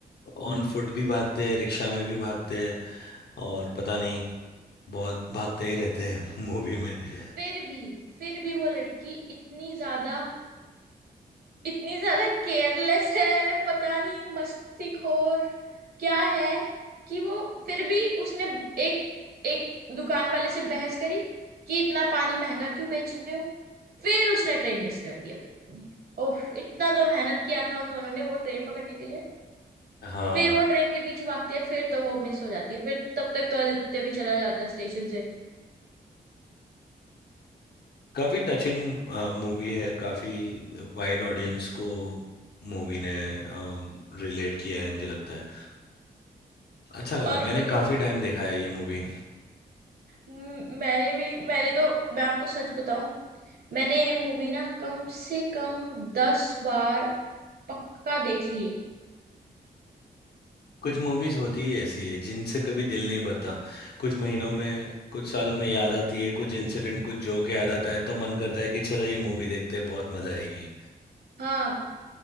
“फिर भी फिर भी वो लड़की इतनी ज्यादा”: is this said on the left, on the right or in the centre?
Right